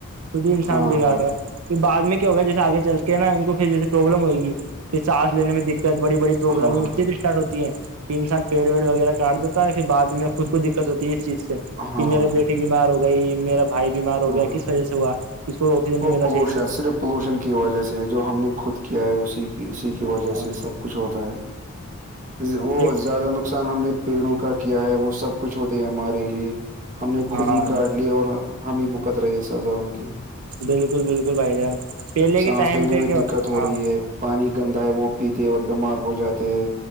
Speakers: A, on the right; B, on the right.
A: خود ہی انسان
B: ہاں
A: بگاڑ
B: ہاں
A: رہا ہے پھر بع میں کیا ہوگ جیے آگے چل کے نا ان کو پھر جیے پروابلم ہو گی پھر سانس لینے میں دقت بڑی بڑی پروابلم
B: ہاں
A: اس لیے اسٹارٹ ہوتی ہے کہ انسان پیڑ ویڑ وغیرہ کاٹ دیتا ہے پھر بد میں خود کو دقت ہوتی ہے اس چیز سے
B: ہاں
A: کہ میرے بیٹی بیمار ہو گئی میرا بھائی بیمار ہو
B: ہاں
A: گیا کس وجہ سے ہوا کس کو آکسیجن نہیں
B: وہ
A: ملا
B: پولوشن
A: صحیح سے
B: صرف پولوشن کی وجہ سے ہے جو ہم نے خود کیا ہے اسی کی اسی کی وجہ
A: ہاں
B: سے سب کچھ ہوتا ہے وہ
A: ایک
B: زیادہ نقصان ہم نے پیڑوں کا کیا ہے وہ سب کچھ ہوتے ہیں ہمارے لیے ہم نے خود
A: ہاں
B: ہی کاٹ لی اور ہم ہی بکت رہے ہیں سزا ان کی
A: بالکل بالکل بھائی جان پہلے کے
B: سانس
A: ٹائم
B: لینے
A: پہ
B: میں
A: کیا
B: دقت ہو
A: ہاں
B: رہی ہے پانی گندا ہے وہ پیتے اور بیمار ہو جاتے ہے